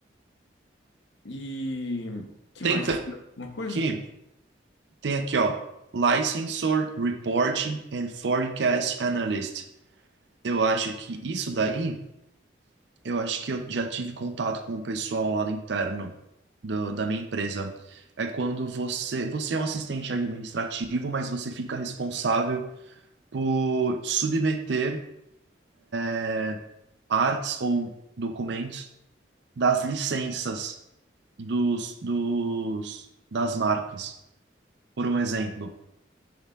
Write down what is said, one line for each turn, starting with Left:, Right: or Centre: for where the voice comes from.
Left: E que
Right: Tem
Left: mais?
Right: tam-
Left: Uma coisa?
Right: aqui, tem aqui, ó, Licensor Reporting and Forecast Analyst. Eu acho que isso daí. Eu acho que eu já tive contato com o pessoal lá do interno do- da minha empresa. É quando você, você é um assistente administrativo, mas você fica responsável por submeter é, artes ou documentos das licenças dos, dos, das marcas. Por um exemplo,